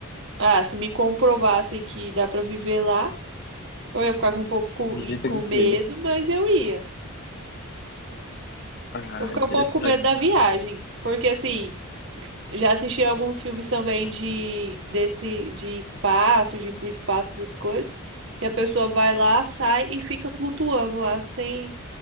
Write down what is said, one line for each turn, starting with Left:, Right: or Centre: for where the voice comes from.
Right: Ah, se me comprovassem que dá pra viver lá, eu ia ficar com um pouco
Left: Iria
Right: de- com
Left: ter o
Right: medo,
Left: quê?
Right: mas eu ia.
Left: Ah,
Right: Eu fiquei
Left: interessante.
Right: um pouco com medo da viagem, porque assim, já assisti alguns filmes também de desse de espaço, de ir pro espaço das coisas, que a pessoa vai lá, sai e fica flutuando lá sem